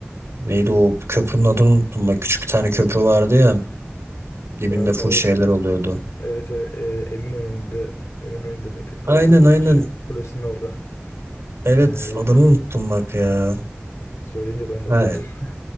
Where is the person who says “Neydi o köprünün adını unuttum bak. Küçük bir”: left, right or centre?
Right